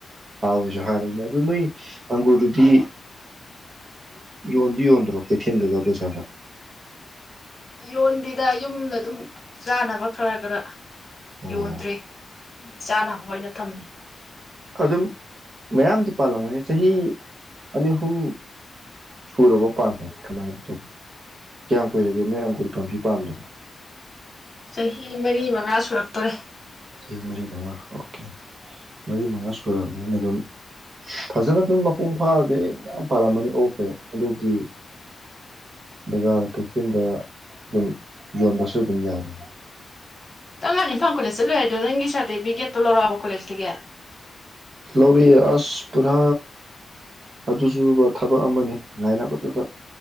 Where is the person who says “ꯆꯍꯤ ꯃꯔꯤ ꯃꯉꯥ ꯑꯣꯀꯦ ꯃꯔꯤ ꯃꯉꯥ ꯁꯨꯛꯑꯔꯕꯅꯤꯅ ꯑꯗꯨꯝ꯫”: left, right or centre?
Right